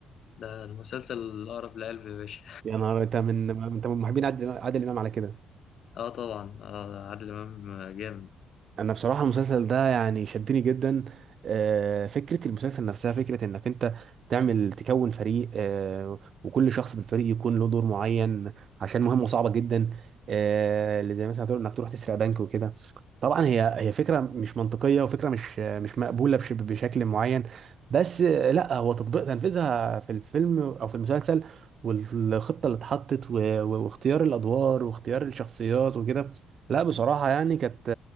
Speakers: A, on the left; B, on the right.
A: ده المسلسل الأقرب لقلبي يا باشا
B: يا نهار انت من انت من محبين عادل عادل امام على كده
A: <laughs> اه طبعا اه عادل امام جامد
B: انا بصراحه المسلسل ده يعني شدني جدا آه، فكره المسلسل نفسها فكره انك انت تعمل تكون فريق آه، وكل شخص في الفريق يكون له دور معين عشان مهمه صعبه جدا آه، اللي زي مثلا هتقول انك تروح تسرق بنك وكده طبعا هي هي فكره مش منطقيه وفكره مش مش مقبوله بش- بشكل معين بس لا هو تطبيق تنفيذها في الفيلم او في المسلسل والخطه اللي اتحطت و- و- واختيار الادوار واختيار الشخصيات وكده لا بصراحه يعني كانت